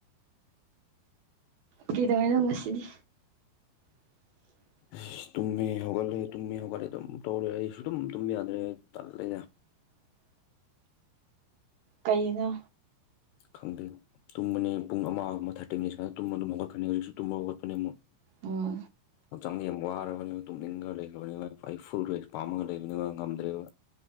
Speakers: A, on the right; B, on the left.
A: ꯀꯩꯗꯧꯏ ꯍꯥꯏꯅꯣ ꯉꯁꯤꯗꯤ ꯗ
B: ꯑꯁ ꯇꯨꯝꯃꯦ ꯍꯧꯒꯠꯂꯦ ꯇꯨꯝꯃꯤ ꯍꯧꯒꯠꯂꯦ ꯑꯗꯨꯝ ꯇꯧꯔꯦ ꯑꯩꯁꯨ ꯑꯗꯨꯝ ꯇꯨꯝꯕ ꯌꯥꯗ꯭ꯔꯦ ꯇꯜꯂꯦ
A: ꯖ ꯀꯩꯒꯤꯅꯣ
B: ꯈꯪꯗꯦ ꯇꯨꯝꯕꯅꯤ ꯄꯨꯡ ꯑꯃꯒ ꯑꯃ ꯊꯥꯔꯇꯤꯅꯤ ꯁꯨꯃꯥꯏꯅ ꯇꯨꯝꯕ ꯑꯗꯨꯝ ꯍꯧꯒꯠꯀꯅꯤ ꯍꯧꯖꯤꯛꯁꯨ ꯇꯨꯝꯕ ꯍꯧꯒꯠꯄꯅꯦ ꯑꯃꯨꯛ
A: ꯑꯣ
B: ꯍꯛꯆꯥꯡꯗ ꯌꯥꯝ ꯋꯥꯔꯕꯅꯤꯕ ꯇꯨꯝꯅꯤꯡꯉ ꯂꯩꯈ꯭ꯔꯔꯕꯅꯤꯕ ꯑꯩ ꯐꯨꯜ ꯔꯦꯁ ꯄꯥꯝꯃꯒ ꯂꯩꯕꯅꯤꯕ ꯉꯝꯗ꯭ꯔꯦꯕ